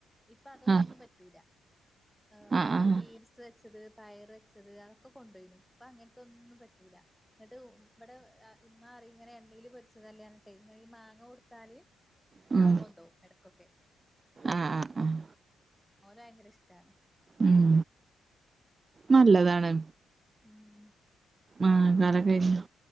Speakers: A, in the centre; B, on the right (about 30°).
A: ഇപ്പൊ അതൊന്നും
B: ആഹ്
A: പറ്റൂലാ. ഏഹ്
B: ആഹ്
A: ഞമ്മള്
B: ആഹ്
A: ബീൻസ് വെച്ചത്. പയർ വെച്ചത് അതൊക്കെ കൊണ്ടോയ്നു. ഇപ്പൊ അങ്ങൻത്തൊന്നും പറ്റൂല. ഇന്നട്ട് ഇബടെ ഇമ്മ പറയും ഇങ്ങനെ എണ്ണീല് പൊരിച്ചതല്ലേ പർഞ്ട്ടെ ഇങ്ങനെ ഈ മാങ്ങ കൊടുത്താല്
B: ഉം
A: മാങ്ങൊണ്ടോവും എടക്കൊക്കെ.
B: ആഹ് ആഹ് ആഹ്
A: ഓൻ ഭയങ്കര ഇഷ്ടാണ്.
B: ഉം നല്ലതാണ്.
A: ഉം.
B: മാങ്ങാക്കാലം കെയിഞ്ഞൊ